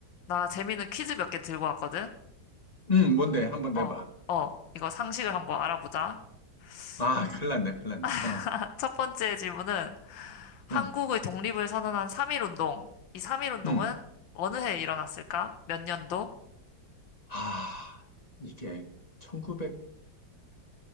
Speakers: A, on the left; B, on the left.
A: 나 재밌는 퀴즈 몇 개 들고 왔거든?
B: 음, 뭔데? 한번
A: 어,
B: 내봐.
A: 어, 이거 상식을 한번 알아보자.
B: 아,
A: 어.
B: 큰일 났네, 큰일
A: <laughs>
B: 났네. 어,
A: 첫 번째 질문은 한국의
B: 어,
A: 독립을 선언한 3.1운동. 이 3.1운동은
B: 음.
A: 어느 해에 일어났을까? 몇 년도?
B: 아, 이게 1919년?